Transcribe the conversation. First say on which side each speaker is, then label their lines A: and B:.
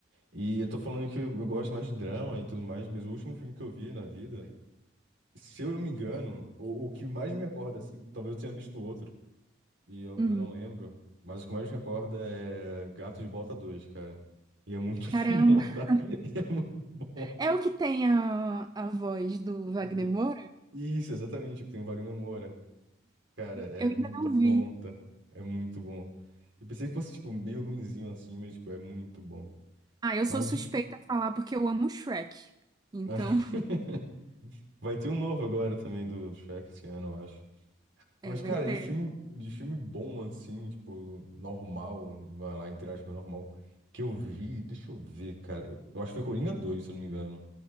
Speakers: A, on the right (about 65°); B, on the right (about 20°).
A: E eu tô falando que eu gosto mais de drama e tudo mais, mas o último filme que eu vi na vida, se eu não me engano, o, o que mais me recorda, assim, talvez eu tenha visto outro, e eu,
B: Hum,
A: eu não lembro, mas o que mais me recorda é Gato de Bota 2, cara. E é muito <laughs>
B: caramba.
A: bom, tá? E é muito bom.
B: É o que tem a, a voz do Wagner
A: Do-
B: Moura?
A: Isso, exatamente, que tem o Wagner Moura. Cara, é
B: Eu ainda
A: muito
B: não
A: bom,
B: vi.
A: tá? É muito bom. Eu pensei que fosse, tipo, meio ruinzinho assim, mas, tipo, é muito bom.
B: Ah, eu
A: Mas
B: sou suspeita
A: difícil.
B: a falar porque eu amo Shrek. Então,
A: <laughs> Vai ter um novo agora também do, do Shrek esse ano, eu acho.
B: <laughs>
A: Mas,
B: é, vai
A: cara,
B: ter.
A: de filme, de filme bom, assim, tipo, normal, vai lá, entre aspas, normal, que eu vi, deixa eu ver, cara. Eu, eu acho que foi Coringa dois se eu não me engano.